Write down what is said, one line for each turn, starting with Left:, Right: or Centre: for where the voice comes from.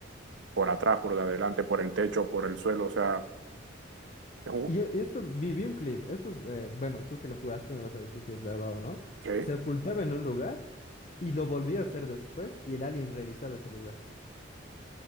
Right: por atrás, por de adelante, por el techo, por el suelo, o sea, es un...
Left: Y e- esto, vi, vi un clip, esto es, eh, bueno, tú que lo jugaste me vas a decir si es verdad o no.
Right: ¿qué?
Left: Se ocultaba en un lugar y lo volvía a hacer después y el alien revisaba ese lugar.